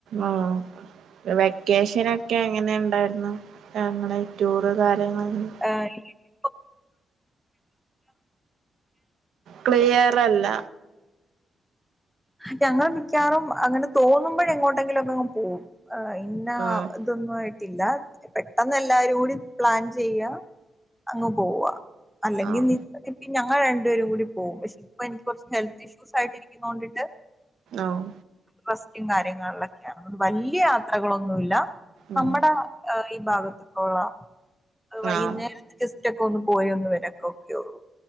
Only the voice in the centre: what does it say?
ആഹ് <inaudible>
ഞങ്ങള് മിക്കവാറും അങ്ങനെ തോന്ന്മ്പോഴെങ്ങോട്ടെങ്കിലൊക്കഅങ് പോവും ആ ഇന്നാ
ഇതൊന്നു ആയിട്ടില്ല പെട്ടെന്ന് എല്ലാരൂടി പ്ലാൻ ചെയ്യാ അങ്ങ് പോവാ. അല്ലെങ്കിന്നി
<inaudible> നി ഞങ്ങള് രണ്ട്പേരുംങ്കൂടി പോവും പഷെപ്പെനിക്ക് കൊർച് ഹെൽത്ത്ഇഷ്യൂസായിട്ട് ഇര്ക്ക്ന്നോണ്ട്.
റെസ്റ്റും കാര്യങ്ങളൊക്കേണ് അതോണ്ട് വല്ല്യ യാത്രകളൊന്നുല്ല
നമ്മടെ. അഹ് ഈ ഭാഗത്ത്ന്നുള്ള അഹ് വൈന്നേ
ജസ്സ്റ്റക്കൊന്ന് പോയൊന്ന് വെരക്കക്കൊയൊള്ളൂ.